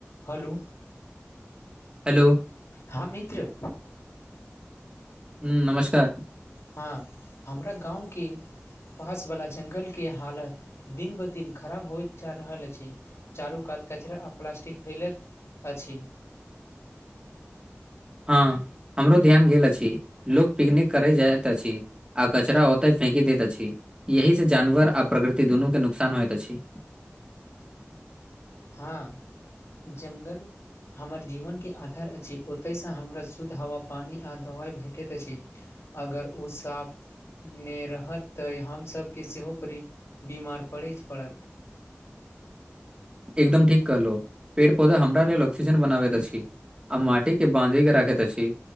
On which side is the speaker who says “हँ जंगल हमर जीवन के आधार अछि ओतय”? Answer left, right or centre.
Left